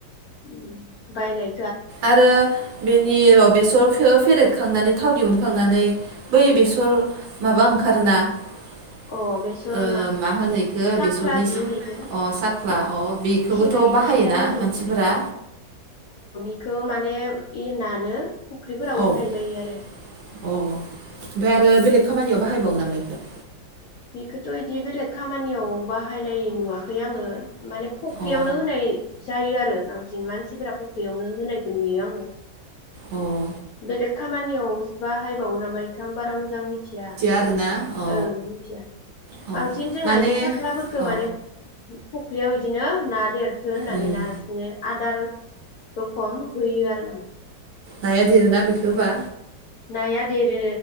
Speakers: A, on the left; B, on the right.
A: उम। बायनाय
B: आरो बेनि र' बेसरखो फेरेद खांनानै थाव दिहुन खांनानै बै बेसर माबा ओं खारोना ओ
A: अ बेसर
B: मा होनो इखो
A: साख्लादि
B: बेसरनि सा
A: होनो इखो
B: अ साख्ला अ बेखौबोथ'
A: खिराय
B: बाहायोना
A: खिराय होनो
B: मानसिफोरा
A: बेखौ माने इ नानो फुख्रिफोराव
B: औ अ
A: होनाय जायो आरो
B: ओमफ्राय आरो बेलेग खामानियाव बाहायबावो नामा इखो
A: बेखौथ' बिदि बेलेग खामानियाव बाहायनाय नुवाखै आङो माने फख्रियावनो
B: अ
A: होनाय जायो आरो बांसिन मानसिफोरा फख्रियावनो होनायखौ नुयो आङो
B: अ
A: बेलेग खामानियाव बाहायबावो नामा इखो आं बारा मोजां मिथिया
B: आरोना औ
A: ओं मिथिया
B: औ
A: बांसिन जोंहा
B: माने
A: इदि सख्लाफोरखौ
B: औ
A: माने फुख्रियाव बिदिनो ना देर थो होननानै
B: उम
A: नानो आदार रखम होयो आरो माने
B: नाया देरोना बेखौ होबा
A: नाया देरो